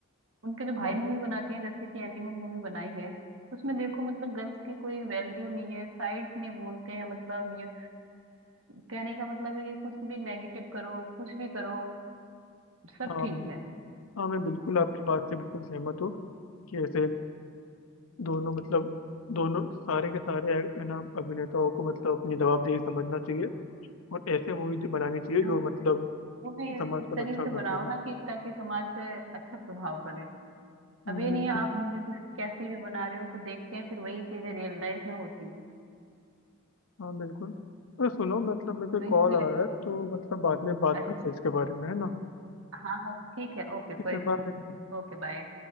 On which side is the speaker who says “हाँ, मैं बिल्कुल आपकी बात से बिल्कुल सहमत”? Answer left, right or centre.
Left